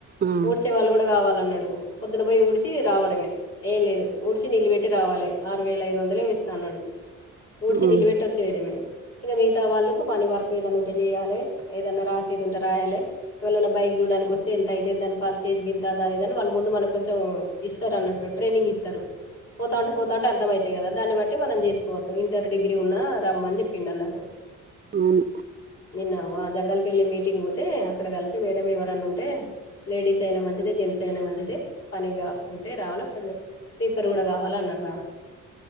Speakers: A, on the right; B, on the left.
A: ఆ
B: ఊడ్చే వాళ్ళు కూడా కావాలి అన్నాడు పొద్దు పోయి ఊడ్చి రావడమే ఏం లేదు ఊడ్చి నీళ్లు పెట్టి రావాలి ఆరు వేల ఐదు వందలే ఏమో ఇస్తా అన్నాడు ఊడ్చి
A: ఆ
B: నిలబెట్టి వచ్చేయడమే ఇంకా మిగతా వాళ్ళకు పని వరకు ఏదైనా ఉంటే చేయాలి ఏదన్నా రాసేది ఉంటే రాయాలి ఇవళన్నా బైక్ చూడానికి వస్తే ఎంత అయితే దాని పర్చేజ్ గింత దాదిద అని వాళ్ళు ముందు మనకు కొంచెం ఇస్తారు అన్నట్టు ట్రైనింగ్ ఇస్తారు పోతా ఉంటే పోతా ఉంటే అర్థంమవుతయి కదా దాన్ని బట్టి మనం చేసుకోవచ్చు ఇంటర్ డిగ్రీ ఉన్నా రమ్మని చెప్పిండు అన్నట్టు
A: ఉమ్
B: నా వా జంగల్ పెళ్లి మీటింగ్ పోతే అక్కడ కలిసి మేడ ఎవరన్నా ఉంటే లేడీస్ అయినా మంచిదే జెంట్స్ అయినా మంచిదే పనిగా ఉంటే రావాలా పని చేసే సిపర్ కూడా కావాలి అన్నారా